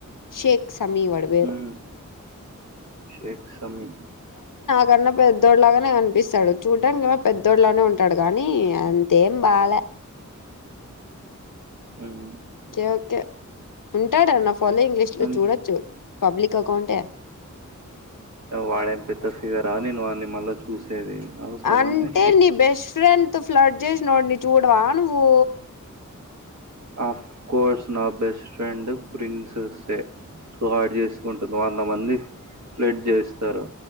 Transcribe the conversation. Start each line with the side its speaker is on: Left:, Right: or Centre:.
Left: షేక్ సమీ వాడి పేరు
Right: హ్మ్. షేక్ సమీ
Left: కన్నా పెద్దోడు లాగనే కనిపిస్తడు చూడ్డానికేమో పెద్దోడులాగనే ఉంటాడు గానీ అంతే బాలే
Right: ఉమ్.
Left: ఓకే ఉంటాడా నా ఫాలోఇంగ్ లిస్టు లో
Right: అంత్
Left: చూడొచ్చు పబ్లిక్ కకౌంటె
Right: వాడేం పెద్ద ఫిగరా నేను వాన్ని మళ్ళా చూసేది అవసరమా
Left: అంటే
Right: నాకి
Left: నీ బెస్ట్ ఫ్రెండ్ తో ఫ్లడ్ చేసినోడుని చూడవా నువ్వు
Right: ఆఫ్ కోర్స్ నా బెస్ట్ ఫ్రెండ్ ప్రిన్సేసే వాడు చేసుకుంటుంది వంద మంది ఫ్లేట్ జేస్తారు